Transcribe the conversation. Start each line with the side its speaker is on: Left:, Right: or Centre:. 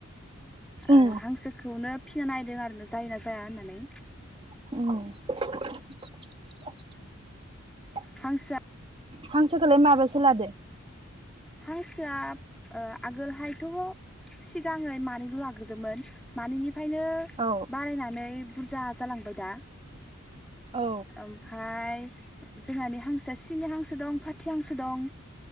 Right: उम
Centre: ओ हांसोखौनो फिसिना नायदों आरो ना जायोना जाया होननानै।
Right: अ।
Centre: हांसोआ
Right: हांसोखोलाय माबैसे लादो?
Centre: हांसोआ ओ आगोलहायथ' सिगाङै मानैल' लाग्रोदोमोन। मानैनि फायनो
Right: औ
Centre: बारायनानै बुरजा जालांबाय दा।
Right: औ
Centre: ओमफाय जोंहानि हांसोआ सिनि हांसो दं। फाथि हांसो दं।